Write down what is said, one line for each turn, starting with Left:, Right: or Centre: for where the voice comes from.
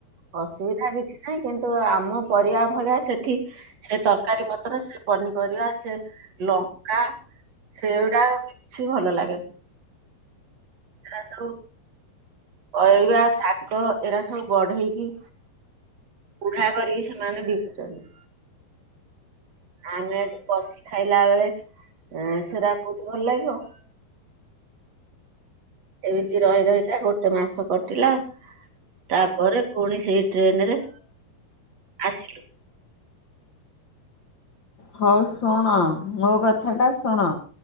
Right: ଅସୁବିଧା କିଛି ନାହିଁ କିନ୍ତୁ ଆମ ପରିବା ଭଳିଆ ସେଠି ସେ ତରକାରୀ ପତ୍ର ସେ ପନିପରିବା ସେ ଲଙ୍କା ସେଉଡ଼ା ଏ କିଛି ଭଲ ଲାଗେନା, ସେଟା ସବୁ ପରିବା ଶାଗ ଏରା ସବୁ ବଢେଇକି ବୁଢା କରିକି ସେମାନେ ବିକୁଚନ୍ତି। ଆମେ ଏଠି କଶି ଖାଇଲା ବେଳେ ଏଁ, ସେରା କୋଉଠି ଭଲ ଲାଗିବ। ଏମିତି ରହି ରହିକା ଗୋଟେ ମାସ କଟିଲା। ତାପରେ ପୁଣି ସେଇ ଟ୍ରେନ୍ ରେ ଆସିଲୁ।
Left: ହଁ ଶୁଣ ମୋ କଥା ଟା ଶୁଣ।